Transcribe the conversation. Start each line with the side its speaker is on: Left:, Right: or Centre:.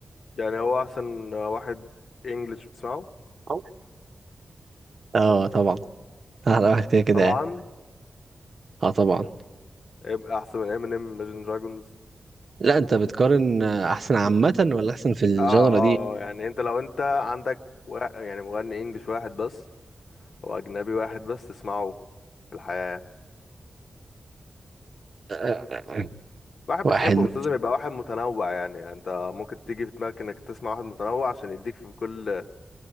Left: يعني هو احسن واحد انجلش بتسمعه
Right: أو- أه طبعا أحلى واحد كده كده
Left: طبعا
Right: يعني أه طبعا
Left: هيبقى احسن من امينيم Imagine دراجونز
Right: لا أنت بتقارن آه، أحسن عامة ولا أحسن في الجانرا
Left: اه اه
Right: دي
Left: آه، يعني انت لو انت عندك و... يعني مغني انجليش واحد بس او اجنبي واحد بس تسمعه في الحياة يعني
Right: <clears throat> آه،
Left: واحد
Right: واحد
Left: بتحبه مش لازم يبقى واحد متنوع يعني يعني انت ممكن تيجي في دماغك انك تسمع واحد متنوع عشان يديك في كل